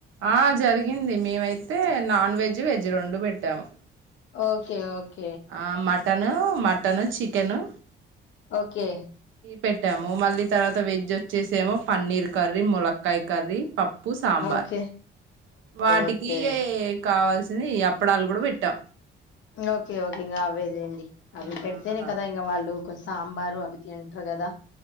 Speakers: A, on the right; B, on the left.
A: ఆ జరిగింది మేమైతే నాన్ వెజ్ వెజ్ రెండు పెట్టాము
B: ఓకే ఓక్
A: ఆ మటనూ మ టను, చికెను
B: ఒకే
A: పెట్టాము మళ్ళీ తర్వత వెజ్ ఒచ్చేసేమో పన్నీర్ కర్రీ, ములక్ కాయ్ కర్రీ, పప్పు, సాంబార్
B: ఓకే. ఓకే.
A: వాటికీ
B: ఓకే.
A: కావాల్సింది ఈ అప్పడాలు గుడా పెట్టా
B: ఓకే ఓకే ఇంక అవేలేండి అవి
A: ఆ
B: పెడితేనే గదా ఇంగ వాళ్ళు కొ సాంబారు అవి తింట్రు గదా